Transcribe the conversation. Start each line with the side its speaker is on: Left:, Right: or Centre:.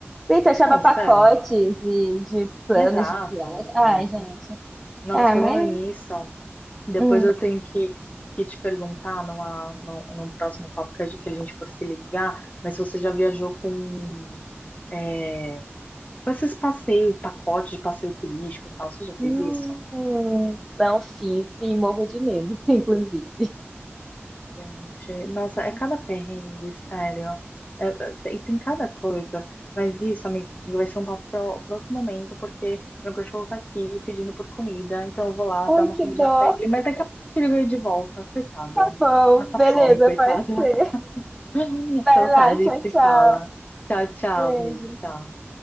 Centre: Sim, fechava
Left: Não,
Centre: pacotes
Left: sério.
Centre: e de planos
Left: né? Exato,
Centre: de viagem. Ai,
Left: exatamente.
Centre: gente.
Left: Nossa,
Centre: Ah,
Left: falando
Centre: mas.
Left: nisso, ó, depois
Centre: hum.
Left: eu tenho que, que te perguntar numa, num, num próximo papo que a, gente- que a gente for se ligar, mas se você já viajou com. é, Com esses passeios, pacote de passeio turístico e tal, você já fez
Centre: Hum,
Left: isso?
Centre: não fiz e morro de medo, <laughs> inclusive.
Left: Gente, nossa, é cada perrengue, sério. É, é, tem, tem cada coisa. Mas isso, amigo, vai ser um papo pro próximo momento, porque meu cachorro tá aqui pedindo por comida, então eu vou lá
Centre: Ai,
Left: dar uma
Centre: que
Left: comidinha
Centre: dó.
Left: pra ele. Mas daqui a pouco eu ligo aí de volta, coitado.
Centre: Tá bom,
Left: Passa
Centre: beleza,
Left: fome, coitado.
Centre: pode ser.
Left: <laughs> Então
Centre: Vai lá,
Left: tá, a gente
Centre: tchau, tchau.
Left: se fala. Tchau, tchau,
Centre: Beijo.
Left: beijo, tchau.